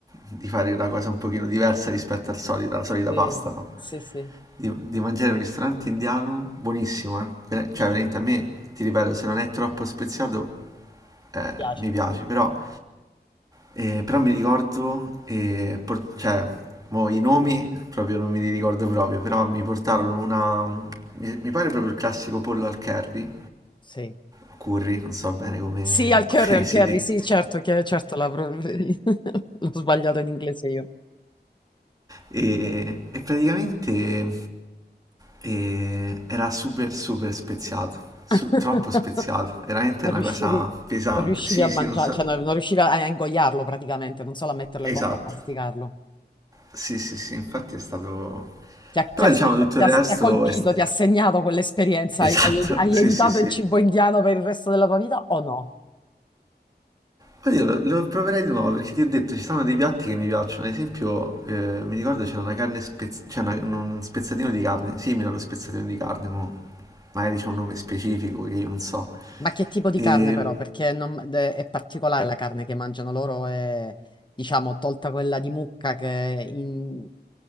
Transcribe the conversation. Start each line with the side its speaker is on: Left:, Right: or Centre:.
Right: di fare una cosa un pochino diversa rispetto al solito, alla solita
Left: sì,
Right: pasta, no?
Left: sì, sì. Mi
Right: Di, di mangiare in un ristorante indiano buonissimo, eh. Ver- Cioè, veramente a me, ti ripeto, se non è troppo speziato, eh,
Left: piace.
Right: mi piace, però eh, però mi ricordo, eh, por- cioè, mo i nomi proprio non me li ricordo proprio, però mi portarono una, un- mi, mi pare proprio il classico pollo al curry,
Left: Sì.
Right: o curry, non so bene come,
Left: Sì, al curry,
Right: come
Left: al
Right: <laughs> si
Left: curry,
Right: dica.
Left: sì, certo, che, certo la pro- <laughs> l'ho sbagliato in inglese io.
Right: E, e praticamente eh, era super super speziato, su-
Left: <laughs>
Right: troppo speziato, veramente
Left: Non
Right: una
Left: riuscivi,
Right: cosa pesante.
Left: non riuscivi
Right: Sì,
Left: a
Right: sì,
Left: mangiare,
Right: non so,
Left: cioè non, non riuscivi a, a ingoiarlo praticamente, non solo a metterlo
Right: esatto,
Left: in bocca, a masticarlo.
Right: sì, sì, sì, infatti è stato...
Left: Ti ha, ti
Right: Però
Left: ha-
Right: diciamo
Left: ti ha-
Right: tutto
Left: ti
Right: il
Left: ha-
Right: resto
Left: ti ha colpito,
Right: è, sta-
Left: ti ha segnato quell'esperienza?
Right: Esatto,
Left: Hai, hai- hai
Right: sì,
Left: evitato
Right: sì, sì.
Left: il cibo indiano per il resto della tua vita o no?
Right: Poi io lo, lo proverei di nuovo perché ti ho detto ci sono dei piatti che mi piacciono. Ad esempio, eh, mi ricordo c'era una carne spezz- c'è una- un spezzatino di carne, simile allo spezzatino di carne, mo magari c'è un nome specifico che io non so.
Left: Ma che tipo di
Right: E
Left: carne però? Perché non- de- è particolare la carne che mangiano loro e diciamo tolta quella di mucca che in-